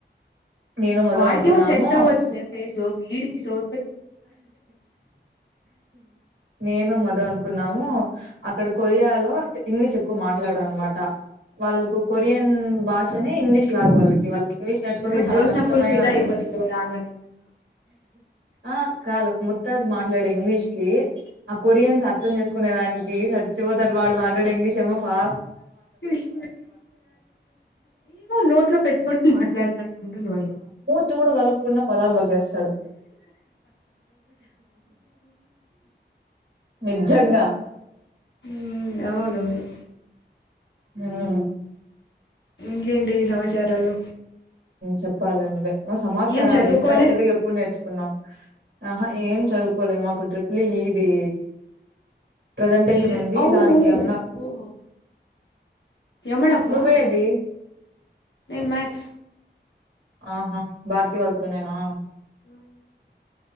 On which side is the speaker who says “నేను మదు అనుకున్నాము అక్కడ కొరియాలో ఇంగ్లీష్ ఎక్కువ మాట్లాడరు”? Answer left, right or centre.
Right